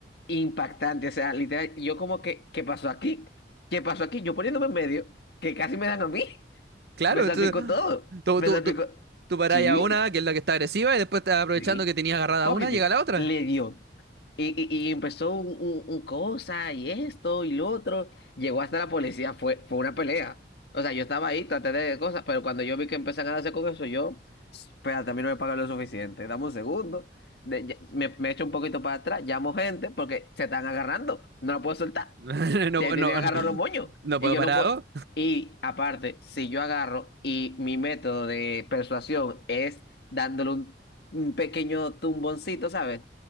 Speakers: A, on the left; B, on the right.
A: impactante, o sea, literal, yo como que, ¿qué pasó aquí? ¿Qué pasó aquí? Yo poniéndome en medio, que casi me dan a mí.
B: Claro,
A: Me salpicó
B: tú,
A: todo.
B: tú,
A: Me
B: tú,
A: salpicó.
B: tú, tú parás
A: Sí,
B: a una, que es la que está agresiva, y después te- aprovechando
A: sí.
B: que tenías agarrada
A: Pocket
B: una, llega la otra.
A: le dio. Y, y- y empezó un, un- un cosa y esto y lo otro. Llegó hasta la policía. Fue, fue una pelea. O sea, yo estaba ahí, traté de cosas, pero cuando yo vi que empezaron a darse con eso, yo. Espérate, a mí no me pagan lo suficiente. Dame un segundo. De- ya- me, me echo un poquito para atrás. Llamo gente porque se están agarrando. No la puedo soltar
B: <laughs> No,
A: te tienen
B: no,
A: que agarrar los moños.
B: no
A: Y
B: puedo
A: yo
B: parar
A: no puedo.
B: a dos.
A: Y aparte, si yo agarro y mi método de persuasión es dándole un, un pequeño tumboncito, ¿sabes?